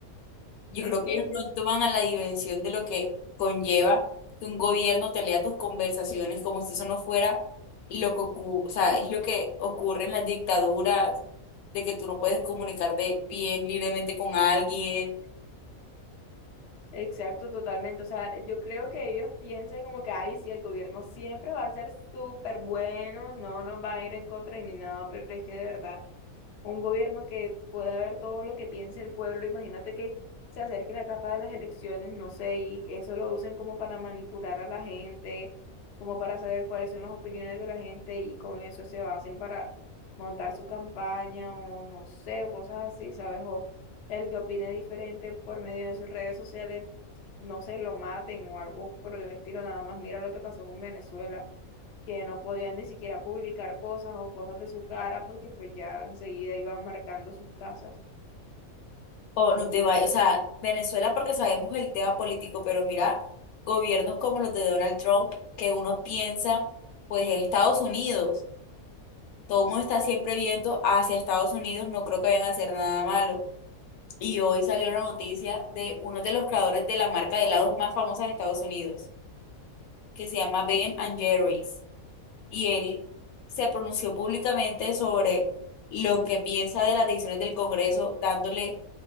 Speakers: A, on the left (about 60°); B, on the left (about 80°).
A: <laughs>
B: Yo
A: es
B: creo que
A: que
B: ellos no
A: yo,
B: toman a la dimensión de lo que conlleva que un gobierno te lea tus conversaciones como si eso no fuera lo que ocurre, o sea, es lo que ocurre en las dictaduras, de que tú no puedes comunicarte bien libremente con alguien
A: exacto, totalmente. O sea, yo creo que ellos piensan como que, ay, sí, el gobierno siempre va a ser súper bueno, no nos va a ir en contra ni nada, pero es que de verdad. un gobierno que pueda ver todo lo que piense el pueblo. Imagínate que se acerque la etapa de las elecciones, no sé, y eso lo usen como para manipular a la gente, como para saber cuáles son las opiniones de la gente y con eso se basen para montar su campaña o no sé, o cosas así, ¿sabes? O el que opine diferente por medio de sus redes sociales, no se lo maten o algo por el estilo, nada más. Mira lo que pasó con Venezuela que no podían ni siquiera publicar cosas o cosas de su cara porque pues ya enseguida iban marcando sus casas.
B: O no te vayas, o sea, Venezuela porque sabemos el tema político, pero mira, gobiernos como los de Donald Trump, que uno piensa, pues es Estados Unidos, todo el mundo está siempre viendo hacia Estados Unidos, no creo que vayan a hacer nada malo. Y hoy salió una noticia de uno de los creadores de la marca de helados más famosa de Estados Unidos, que se llama Ben and Jerry's y él se pronunció públicamente sobre lo que piensa de las decisiones del Congreso, dándole